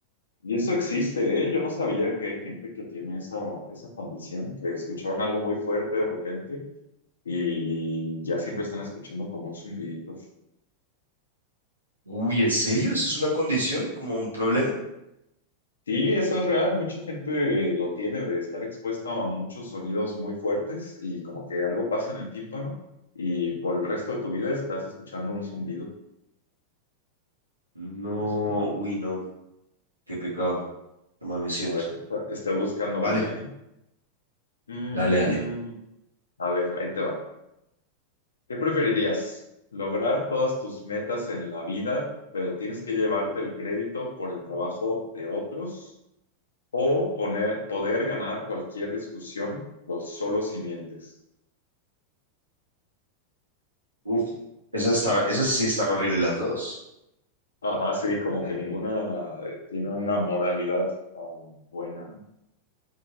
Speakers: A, on the left; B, on the right.
A: Y eso existe, ¿eh? Yo no sabía que hay gente que tiene esa, esa condición, que escucharon algo muy fuerte de repente y ya siempre están escuchando como un zumbidito.
B: Uy, ¿en serio? ¿Eso es una condición? ¿Como un problema?
A: Sí, eso es real, mucha gente lo tiene de estar expuesta a muchos sonidos muy fuertes y como que algo pasa en el tímpano y por el resto de tu vida estás escuchando un zumbido.
B: No,
A: <laughs>
B: uy, no, qué pecado, qué mal me siento.
A: A ver, estoy buscando
B: Vale,
A: una, ¿eh? Mm,
B: dale, dale.
A: a ver, ahí te va. ¿Qué preferirías? ¿Lograr todas tus metas en la vida, pero tienes que llevarte el crédito por el trabajo de otros? ¿O poner, poder ganar cualquier discusión o solo si mientes?
B: Uf, esas están, esas sí están horribles las dos.
A: Ajá, sí, como
B: Eh,
A: que ninguna eh, tiene una moralidad um, buena, ¿no?